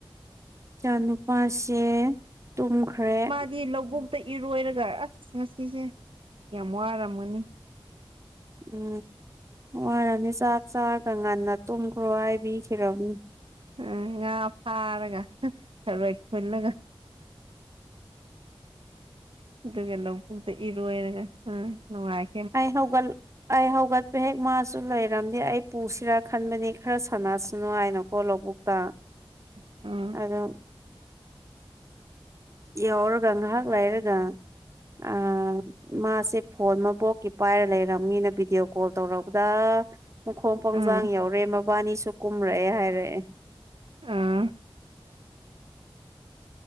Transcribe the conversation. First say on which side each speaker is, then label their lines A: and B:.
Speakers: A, on the right (about 30°); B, on the right (about 65°).
A: ꯏꯆꯥ ꯅꯨꯨꯄꯥꯁꯦ ꯇꯨꯝꯈ꯭ꯔꯦ
B: ꯃꯥꯗꯤ ꯂꯧꯕꯨꯛꯇ ꯏꯔꯣꯏꯔꯒ ꯑꯁ ꯉꯁꯤꯁꯦ ꯌꯥꯝ ꯋꯥꯔꯝꯃꯅꯤ
A: ꯎꯝ ꯋꯥꯔꯅꯤ ꯆꯥꯛ ꯆꯥꯔꯒ ꯉꯟꯅ ꯇꯨꯝꯈ꯭ꯔꯣ ꯍꯥꯏꯕꯤꯈꯝꯅꯤ
B: ꯎꯝ ꯉꯥ ꯐꯥꯔꯒ ꯊꯔꯣꯏ ꯈꯨꯜꯂꯒ ꯑꯗꯨꯒ ꯂꯧꯕꯨꯛꯇ ꯏꯔꯣꯏꯔꯒ ꯅꯨꯡꯉꯥꯏ
A: ꯑ ꯍꯧꯒꯜ ꯑꯩ ꯍꯧꯒꯠꯄ ꯍꯦꯛ ꯃꯥꯁꯨ ꯂꯩꯔꯝꯅꯤ ꯑꯩ ꯄꯨꯁꯤꯔꯥ ꯈꯟꯕꯅꯤ ꯈꯔ ꯁꯥꯟꯅꯁꯅꯨ ꯍꯥꯏꯅꯣ ꯍꯂꯧꯕꯨꯛꯇ
B: ꯑꯥ ꯎꯝ
A: ꯑꯗꯣ
B: <inaudible>
A: ꯌꯥꯎꯔꯒ ꯉꯥꯏꯍꯥꯛ ꯂꯥꯏꯔꯒ ꯑ ꯃꯥꯁꯦ ꯐꯣꯟ ꯃꯕꯣꯛꯀꯤ ꯄꯥꯏꯔ ꯂꯩꯔꯕꯝꯅꯤꯅ ꯚꯤꯗꯤꯑꯣ ꯀꯣꯜ ꯇꯧꯔꯛꯄꯗ ꯃꯈꯣꯡ ꯄꯪꯖꯥꯡ
B: ꯎꯝ
A: ꯌꯧꯔꯦ ꯃꯕꯥꯅꯤꯁꯨ ꯀꯨꯝꯔꯛꯑꯦ ꯍꯥꯏꯔꯛꯑꯦ
B: ꯑ